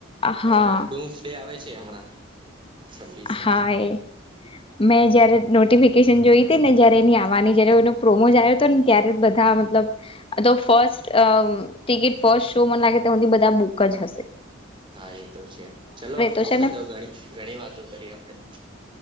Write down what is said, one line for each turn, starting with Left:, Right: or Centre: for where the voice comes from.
Left: હા
Right: હવે ડુમ્સ ડે આવે છે હમણાં. છવ્વીસો
Left: હા એ મેં જયારે નોટિફિકેશન જોઈતી ને જયારે એની આ પ્રોમો જાય હતો ને ત્યારે બધા મતલબ ફર્સ્ટ ટિકિટ શો મને લાગે તોધી બધા બુક જ હશે.
Right: હા એ તો છે ચલો
Left: તો
Right: આપડે
Left: છે ને
Right: તોણી ઘણી વાતો કરી આપડે તો